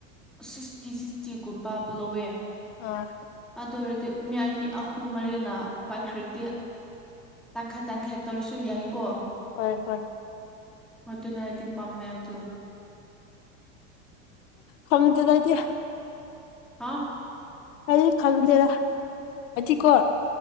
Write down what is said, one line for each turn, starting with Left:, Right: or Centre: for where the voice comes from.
Centre: ꯁꯤꯛꯁꯇꯤ ꯁꯤꯛꯁꯇꯤꯒꯨꯝꯕ ꯂꯧꯋꯦ
Left: ꯑꯥ
Centre: ꯑꯗꯨ ꯑꯣꯏꯔꯗꯤ ꯃꯤ ꯑꯅꯤ ꯑꯍꯨꯝ ꯃꯔꯤꯅ ꯄꯥꯏꯈ꯭꯭ꯔꯗꯤ ꯇꯪꯈꯥꯏ ꯇꯪꯈꯥꯏ ꯇꯧꯔꯁꯨ ꯌꯥꯏ ꯀꯣ꯫
Left: ꯍꯣꯏ ꯍꯣꯏ
Centre: ꯑꯗꯨꯅ ꯑꯩꯗꯤ ꯄꯝꯃꯦ ꯑꯗꯨ
Left: ꯈꯪꯇꯦꯇ ꯑꯩꯗꯤ
Centre: ꯍꯥ
Left: ꯑꯩ ꯈꯪꯗꯦꯗ ꯑꯩꯇꯤꯒꯣ